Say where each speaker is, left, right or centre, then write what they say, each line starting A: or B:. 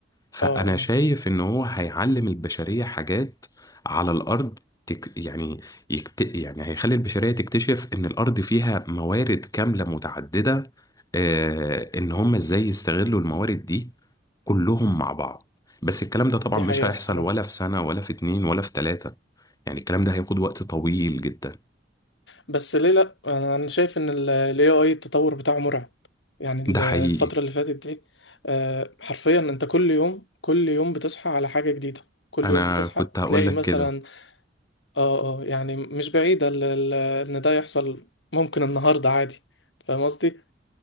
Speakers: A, on the left (about 20°); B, on the left (about 65°).
A: فأنا
B: اه اه
A: شايف إن هو هيعلم البشرية حاجات على الأرض تك يعني يكت يعني هيخلي البشرية تكتشف إن الأرض فيها موارد كاملة متعددة آه إن هم إزاي يستغلوا الموارد دي كلهم مع بعض بس الكلام ده طبعا
B: دي
A: مش
B: حقيقه
A: هيحصل
B: الصراحه
A: ولا في سنة ولا في اتنين ولا في تلاتة يعني الكلام ده هياخد وقت طويل جدا
B: بس ليه لا انا أنا شايف ان الاي اي التطور بتاعه مرعب يعني
A: ده
B: ال-
A: حقيقي
B: الفترة اللي فاتت دي آه، حرفيا انت كل يوم كل يوم بتصحى على حاجة جديدة كل
A: أنا
B: يوم بتصحى
A: كنت هقول
B: تلاقي
A: لك
B: مثلا
A: كده
B: اه اه يعني مش بعيدة ال- ال- ان ده يحصل ممكن النهاردة عادي فاهم قصدي؟